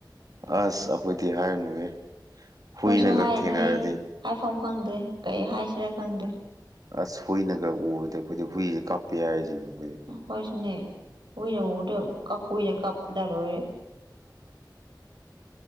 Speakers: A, on the right; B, on the right.
A: ꯑꯁ ꯑꯩꯈꯣꯏꯗꯤ ꯍꯥꯏꯔꯅꯨꯍꯦ
B: ꯈꯣꯏꯁꯨ
A: ꯍꯨꯏꯅꯒ
B: ꯍꯥꯏꯔꯅꯨꯍꯦ
A: ꯊꯦꯡꯅꯔꯗꯤ
B: ꯍꯥꯏꯐꯝ ꯈꯪꯗ꯭ꯔꯦ ꯀꯩ ꯍꯥꯏꯁꯤꯔꯥ ꯈꯪꯗ꯭ꯔꯦ
A: ꯑꯁ ꯍꯨꯏꯅꯒ ꯎꯔꯗ ꯑꯩꯈꯣꯏꯗꯤ ꯍꯨꯏꯁꯦ ꯀꯞꯄ ꯍꯥꯏꯔꯤꯖꯤꯅꯤ ꯑꯩꯈꯣꯏꯗꯤ
B: ꯑꯩꯈꯣꯏꯁꯨꯅꯦ ꯍꯨꯏꯅ ꯎꯕꯗ ꯀꯞ ꯍꯨꯏꯅ ꯀꯞꯄꯗ ꯂꯣꯏꯔꯦ